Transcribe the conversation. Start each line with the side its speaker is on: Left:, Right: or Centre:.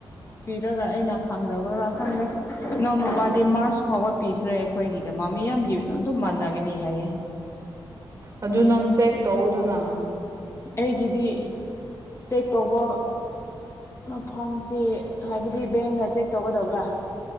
Left: ꯄꯤꯔꯒ ꯑꯩꯅ ꯈꯪꯗꯕ꯭ꯔꯥ ꯈꯪꯗꯦ ꯏꯅꯥꯎ ꯅꯨꯄꯥꯗꯤ
Right: ꯎꯝ
Left: ꯃꯥꯔꯁ ꯐꯥꯎꯕ ꯄꯤꯈ꯭ꯔꯦ ꯑꯩꯈꯣꯏꯒꯤꯗ ꯃꯥ ꯃꯤꯌꯥꯝꯒꯤ ꯑꯗꯨꯝ ꯃꯥꯟꯅꯒꯅꯤ ꯍꯥꯏꯌꯦ
Right: ꯑꯗꯨ ꯅꯪ ꯆꯦꯛ ꯇꯧ ꯑꯗꯨꯅ
Left: ꯑꯩꯒꯤꯗꯤ ꯇꯧꯕ ꯃꯐꯝꯁꯤ ꯍꯥꯏꯕꯗꯤ ꯕꯦꯡꯅ ꯆꯦꯛ ꯇꯧꯒꯗꯧꯕ꯭ꯔꯥ